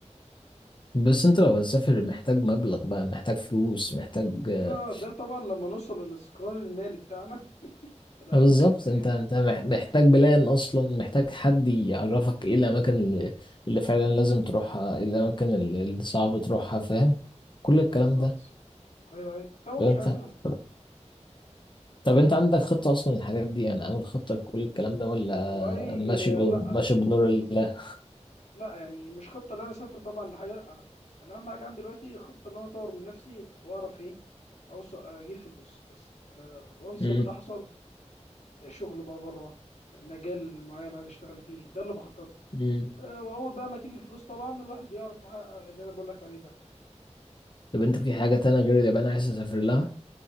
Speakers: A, on the left; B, on the left.
A: بس انت لو هتسافر محتاج مبلغ بقى محتاج فلوس محتاج آه،
B: اه ده طبعا لما نوصل للاستقرار المالي بتاعنا الى
A: بالظبط
B: حد ما
A: انت
B: يعني
A: انت مح- محتاج بلان اصلا محتاج حد يعرفك ايه الاماكن اللي, اللي فعلا لازم تروحها ايه الاماكن اللي اللي صعب تروحها فاهم كل الكلام
B: بالظبط
A: ده
B: ايوه ايوه طبعا
A: طب
B: مش
A: انت
B: حاجه سهله
A: طب, طب انت عندك خطة اصلا للحاجات دي يعني عامل خطة لكل الكلام ده ولا
B: والله
A: ماشي ب...
B: آه، لا
A: ماشي بنور الله
B: بالظبط لا يعني مش خطه ان انا اسافر طبعا لحاجه لا انا اهم حاجه عندي دلوقتي خطه ان انا اطور من نفسي واعرف ايه اوصل اجيب فلوس بس أه وامس
A: امم
B: اللي ده حصل آه، شغل بقى بره آه، مجال معين عايز اشتغل فيه ده اللي بخطط له
A: امم
B: أه واول بقى ما تيجي الفلوس طبعا الواحد يعرف يحقق اللي انا بقول لك عليه ده
A: طب انت في حاجة تانية غير اليابان عايز تسافر لها؟